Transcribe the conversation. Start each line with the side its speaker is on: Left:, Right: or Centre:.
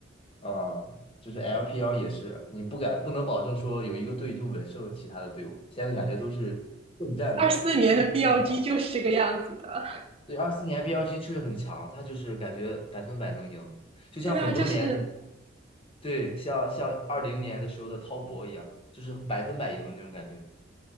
Left: 啊、就是 LPL 也是，你不敢不能保证说有一个队就稳胜其他的队伍，现在感觉都是混战的感觉，
Right: 二四年的
Left: 都虎混战。
Right: BLG 就是这个样子的，
Left: 对，二四年 BLG 确实很强，他就是感觉百分百能赢，
Right: <laughs>
Left: 就像很多年。
Right: 对啊，就是。
Left: 对，像像二零年的时候的滔搏一样，就是百分百赢的那种感觉，